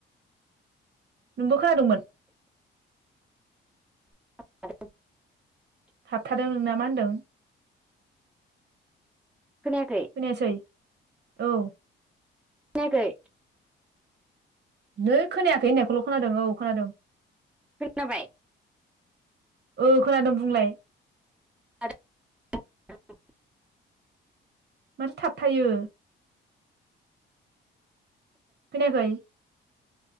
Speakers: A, on the right; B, in the centre.
A: नोंबो खोनादोंमोन।
B: <unintelligible>
A: थाबथादों नोंना। मा होनदों?
B: खोनायाखै
A: फैनोसै। औ।
B: खोनायाखै?
A: नों खोनायाखै होननायखौल' खोनादों औ खोनादों।
B: खोनाबाय?
A: औ खोनादों बुंलाय।
B: <unintelligible>
A: माथो थाबथायो? खोनायाखै?